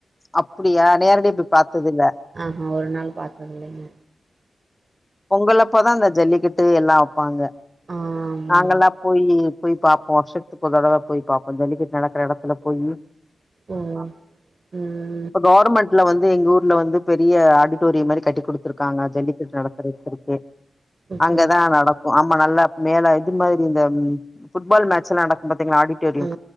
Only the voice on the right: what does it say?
அ அ ஒரு நாள் பாத்ததில்லைங்க
ஆமா
ஆமா
ஓ ம்
ஓகே
ஓகே
ஆ